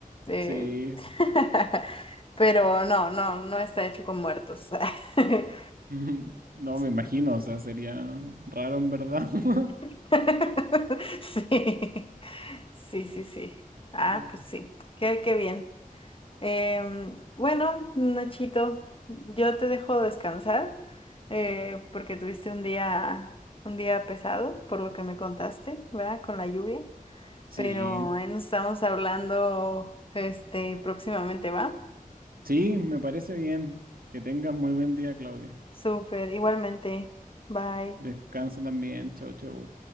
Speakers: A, on the left; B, on the right.
A: Eh,
B: Sí,
A: <laughs> Pero no, no, no está hecho con muertos. <laughs>
B: <laughs> no
A: Sí.
B: me imagino, o sea, sería raro en verdad. <laughs>
A: <laughs> Sí, sí, sí, sí. Ah,
B: Ay,
A: pues sí. Qué, qué bien. Em, bueno, Nachito, yo te dejo descansar eh, porque tuviste un día, un día pesado, por lo que me contaste, ¿verdad? Con la lluvia.
B: Sí.
A: Pero ahí nos estamos hablando este próximamente, ¿va?
B: Sí, me parece bien. Que tengas muy buen día, Claudia.
A: Súper, igualmente. Bye.
B: Descansa también. Chau, chau.